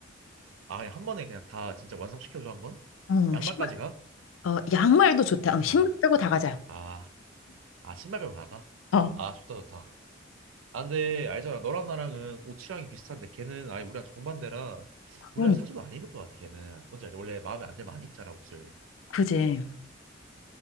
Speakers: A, on the right; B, on the left.
A: 아, 그냥 한 번에 그냥 다 진짜 완성시켜 줘 한번.
B: 어,
A: 양말까지
B: 신발,
A: 가?
B: 어, 양말도 좋다. 어, 신발
A: 아,
B: 빼고 다 가자.
A: 아, 아 신발 빼고 나가?
B: 어,
A: 아, 좋다 좋다. 아, 근데 알잖아. 너랑 나랑은 옷 취향이 비슷한데 걔는 아예 우리랑 정반대라 우리랑
B: 그러니
A: 사줘도 안 입을 것 같아, 걔는. 뭔지 알지? 원래 마음에 안 들면 안 입잖아, 옷을.
B: 그지.